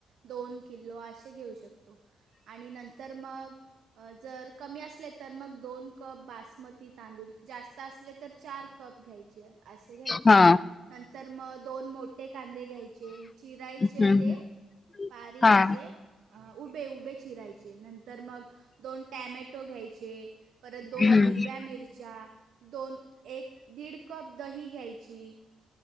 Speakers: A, on the right (about 75°); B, on the left (about 35°).
A: दोन किलो असे घेऊ शकतो आणि नंतर मग जर कमी असले तर मग दोन कप बासमती तांदूळ जास्त असले तर चार कप घ्यायचे असे घ्यायचे
B: हा
A: नंतर मग दोन मोठ मोे कांदे घ्यायचे चिरायचे
B: हम्म
A: ते बारीक
B: हा
A: असे अ उभे उभे चिरायचे नंतर मग दोन टॅमॅटो घ्यायचे परत दोन
B: हम्म
A: हिरव्या मिरच्या दोन एक दीड कप दही घ्यायची.